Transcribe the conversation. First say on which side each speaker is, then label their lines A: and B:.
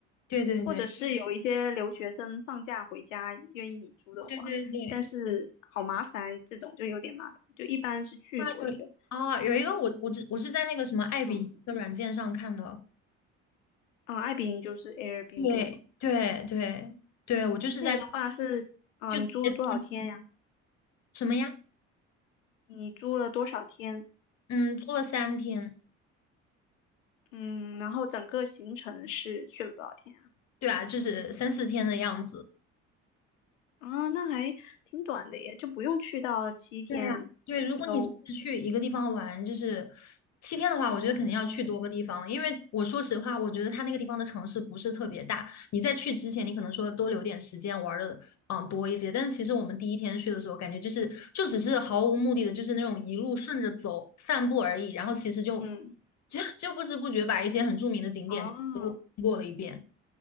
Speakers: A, on the left; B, on the left.
A: 对对对
B: 或者是有一嗯些留学生放假回家愿意租的话，
A: 对对对对，
B: 但是好麻烦，这种就有点麻烦，就一般是去多久？
A: 那有啊，有一个我我只我是在那个什么爱彼迎的软件上看的，
B: 嗯，啊，爱彼迎就是 Airbnb，
A: 对对对对，我就是在这
B: 那个的话是啊，
A: 就
B: 你租多少天呀？
A: 什么呀？
B: 你租了多少天？
A: 嗯，租了三天，
B: 嗯，然后整个行程是去了多少天啊？
A: 对啊，就是三四天的样子。
B: 啊，那还挺短的耶，就不用去到七天一周。
A: 对呀，对，如果你只是去一个地方玩，就是七天的话，我觉得肯定要去多个地方，因为我说实话，我觉得它那个地方的城市不是特别大。你在去之前，你可能说多留点时间玩的，嗯，多一些。但是其实我们第一天去的时候，感觉就是就只是毫无目的的，就是那种一路顺着走散步而已。然后其实就
B: 嗯，
A: <laughs> 就就不知不觉把一些很著名的景点都过了一遍。
B: 啊，